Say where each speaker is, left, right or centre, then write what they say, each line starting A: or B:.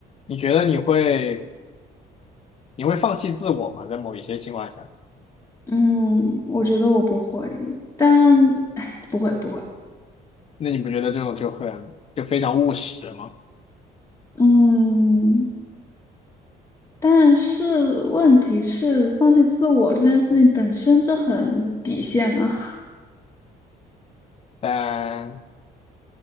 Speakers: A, on the left; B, on the left.
A: 你觉得你会你会放弃自我吗？在某一些情况下，
B: 嗯，我觉得我不会，但哎，不会不会，
A: 那你不觉得这种就很就非常务实吗？
B: 嗯，但是问题是，放弃自我这件事情本身就很底线啊。
A: 但